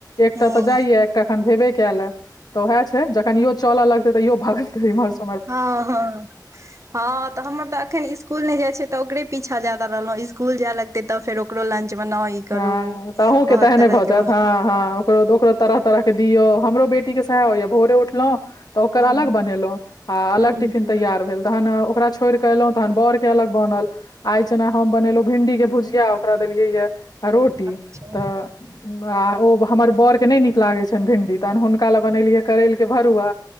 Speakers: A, on the left (about 65°); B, on the right (about 45°).
A: एकटा
B: हँ
A: तऽ जाइया एखन भेबे कयले तऽ वएह छै जखन इहो चलऽ लगते त इयो भगलते इमहर स
B: हँ हँ हँ। तऽ हमर तऽ अखन स्कूल नै जाय छै तऽ ओकरे पीछा ज जादा रहलों ईस्कूल जे लते त फेर ओकरो लंच बनाउ ई करू
A: हँ तहूँ के
B: बहुत
A: तेहने
B: तरह
A: भऽ जायत
B: के
A: हँ हँ ओकरो तरह तरह दियौ हमरो बेटी के सेह होय य भोरे उठलौ त‌ओकर
B: हूँ
A: अलग बनेलौ आ अलग
B: हूँ
A: टीफिन
B: हूँ
A: तैयार भेल ओकरा छोइड़ के अइलो त बोर के अलग बनल आई छन् हम बनेलो भिंडी के भुजिया अउकर देलीये य रोटी
B: अच्छा
A: आ ओ हमर बड़ के नै नीक लागैत छैन भिंडी तहन हुनका ले बनेलियै करैल के भरुआ